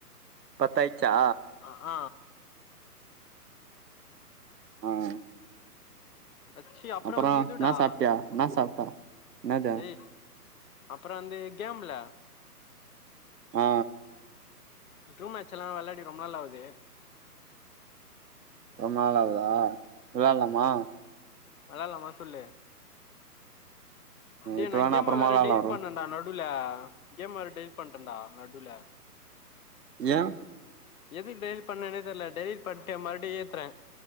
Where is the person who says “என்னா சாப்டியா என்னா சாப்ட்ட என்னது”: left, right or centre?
Right